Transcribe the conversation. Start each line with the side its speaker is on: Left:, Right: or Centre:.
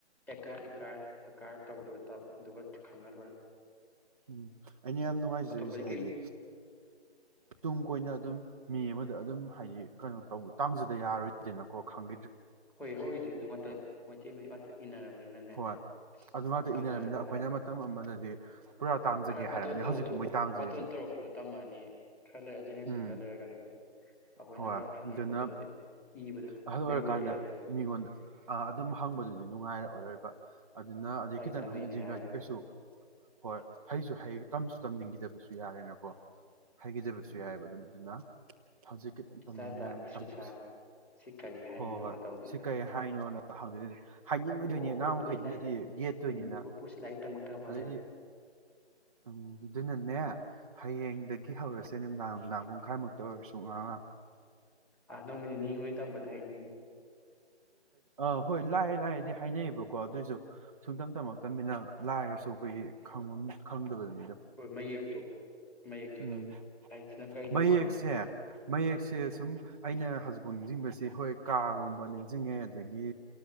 Centre: ꯑꯦꯀꯥꯔ ꯏꯀꯥꯔ ꯑꯀꯥꯔ ꯇꯧꯗꯨꯒ ꯇ ꯑꯗꯨꯒ ꯈꯪꯉ ꯂꯣꯏꯔꯦ
Right: ꯎꯝ ꯑꯩꯅ ꯌꯥꯝ ꯅꯨꯡꯉꯥꯏꯖꯔꯤꯁꯦ
Centre: ꯑꯇꯣꯞꯄꯗꯤ
Right: ꯍꯥꯏꯗꯤ
Centre: ꯀꯩꯝ
Right: ꯇꯨꯡ ꯀꯣꯏꯅ ꯑꯗꯨꯝ ꯃꯤ ꯑꯃꯗ ꯑꯗꯨꯝ ꯍꯥꯏꯗꯤ ꯀꯩꯅꯣ ꯇꯧꯕ ꯇꯥꯡꯖꯗ ꯌꯥꯔꯣꯏꯗꯅꯀꯣ ꯈꯪ
Centre: ꯍꯣꯏ ꯍꯧꯏꯗꯤ ꯑꯗꯨ ꯉꯛꯇ ꯃꯩꯇꯩ ꯃꯌꯦꯛ ꯉꯥꯛ ꯏꯅꯔ ꯕꯅꯤꯅꯅꯦ
Right: ꯍꯣꯏ ꯑꯗꯨ ꯉꯥꯛꯇ
Centre: ꯇꯝꯖꯔ
Right: ꯏꯅꯔꯃꯤꯅ ꯑꯩꯈꯣꯏꯅ
Centre: ꯂꯩꯔꯅꯤ
Right: ꯃꯇꯝ ꯑꯃꯗꯗꯤ ꯄꯨꯔꯥ ꯇꯥꯡꯖꯒꯦ
Centre: ꯈꯔ
Right: ꯍꯥꯏꯔꯛꯑꯅꯤ
Centre: ꯕꯥꯇꯣꯟ ꯇꯧꯕꯁꯨ
Right: ꯍꯧꯖꯤꯛꯄꯨ ꯃꯣꯏ ꯇꯥꯡꯖꯔꯤꯁꯤꯅꯤ
Centre: ꯕꯥꯇꯣꯟ ꯇꯧꯔꯁꯨ ꯑꯗꯨ ꯇꯝꯃꯛꯑꯅꯤ ꯈꯔ ꯂꯩꯔ ꯖꯦꯅꯦꯔꯦꯁꯟ
Right: ꯎꯝ
Centre: ꯈꯔ ꯂꯩꯔꯒꯅꯦ ꯑꯩꯈꯣꯏꯅꯒ
Right: ꯍꯣꯏ ꯑꯗꯨꯅ
Centre: ꯑꯍꯟ ꯑꯣꯏꯔꯛꯄ ꯃꯇꯝꯗꯗꯤ ꯏꯕꯗ
Right: ꯑꯍꯜ ꯑꯣꯏꯔꯀꯥꯟꯗ
Centre: ꯕꯦꯡꯒꯣꯂꯤ ꯏꯔꯔꯣꯏ
Right: ꯃꯤꯉꯣꯟꯗ ꯑꯗꯨꯝ ꯍꯪꯕꯗꯨꯗꯤ ꯅꯨꯡꯉꯥꯏꯔ <inaudible> <inaudible> ꯑꯗꯨꯅ ꯑꯗꯩ
Centre: ꯂꯥꯏꯔꯤꯛ
Right: ꯈꯤꯇꯪ
Centre: ꯇꯝꯃꯛꯏꯅꯦ
Right: ꯍꯟ ꯍꯟꯖꯤꯟꯈ꯭ꯔꯗꯤ
Centre: ꯍꯥꯏꯔꯒ
Right: ꯀꯩꯁꯨ ꯍꯣꯏ ꯍꯩꯁꯨ ꯍꯩ ꯇꯝꯁꯨ ꯇꯝꯅꯤꯡꯈꯤꯗꯕꯁꯨ ꯌꯥꯔꯦꯅꯀꯣ ꯍꯩꯒꯤꯗꯕꯁꯨ
Centre: ꯎꯝ
Right: ꯌꯥꯏꯌꯦꯕꯀꯣ ꯑꯗꯨꯝ ꯑꯗꯨꯅ ꯍꯧꯖꯤꯛ ꯈꯤꯇꯪ ꯇꯝꯅꯤ
Centre: ꯏꯆꯥ ꯆꯥ ꯏꯁꯨ
Right: ꯇꯍꯧꯁꯦ
Centre: ꯁꯥ ꯁꯤ ꯀꯔꯤ ꯍꯥꯏꯔꯤꯅꯣ
Right: ꯍꯣꯏ ꯍꯣꯏ
Centre: ꯇꯧꯗꯅ
Right: ꯁꯤ ꯀꯩ ꯍꯥꯏꯅꯣꯅ ꯍꯥꯏꯅꯤꯡ
Centre: ꯑꯣ
Right: ꯉꯥ
Centre: ꯄꯨꯄꯨꯁꯤ
Right: ꯃꯈꯩꯗꯨꯅꯗꯤ
Centre: ꯂꯥꯏ
Right: ꯌꯦꯠꯇꯣꯏꯅꯤꯅ
Centre: ꯎꯝ ꯄꯨꯄꯨꯁꯤ ꯂꯥꯏꯔꯤꯛ ꯇꯝꯃꯛꯇ ꯃꯥꯜꯂꯦꯅ
Right: ꯑꯗꯨꯗꯤ ꯎꯝ ꯑꯗꯨꯅꯅꯦ ꯍꯌꯦꯡꯗꯒꯤ ꯍꯧꯔꯁꯦ ꯅꯨꯡꯗꯥꯡ ꯅꯨꯡꯗꯥꯡ ꯄꯨꯡꯈꯥꯏꯃꯨꯛꯇ ꯑꯣꯏꯔꯁꯨ ꯉꯛ ꯉꯛ
Centre: ꯑ ꯅꯣꯡꯃ ꯅꯤꯅꯤ ꯍꯨꯝꯅꯤ ꯇꯝꯕꯗ ꯍꯩꯅꯤꯍꯦ
Right: ꯑꯥ ꯍꯣꯏ ꯂꯥꯏꯑꯦ ꯂꯥꯏꯑꯦꯗꯤ ꯍꯥꯏꯅꯩꯌꯦꯕꯀꯣ ꯑꯗꯨꯑꯣꯏꯁꯨ ꯁꯨꯡꯇꯝ ꯇꯝꯃꯛꯇꯅꯤꯅ ꯂꯥꯏꯔꯁꯨ ꯑꯩꯈꯣꯏꯒꯤ ꯈꯪꯕ ꯈꯪꯗꯕꯅꯤꯅ
Centre: ꯍꯣꯏ ꯃꯌꯦꯛꯇꯣ ꯃꯌꯦꯛꯇꯨꯅ
Right: ꯎꯝ
Centre: ꯍꯥꯏꯁꯤꯅ ꯀꯩꯅꯣꯗꯣ
Right: ꯃꯌꯦꯛꯁꯦ
Centre: ꯈꯪꯕꯗꯣ
Right: ꯃꯌꯦꯛꯁꯦ ꯁꯨꯝ ꯑꯩꯅ ꯍꯧꯖꯤꯛꯐꯥꯎ ꯅꯤꯡꯁꯤꯡꯕꯁꯤ ꯍꯣꯏ ꯀꯥꯒꯨꯝꯕ ꯆꯤꯡꯉꯦ ꯑꯗꯒꯤ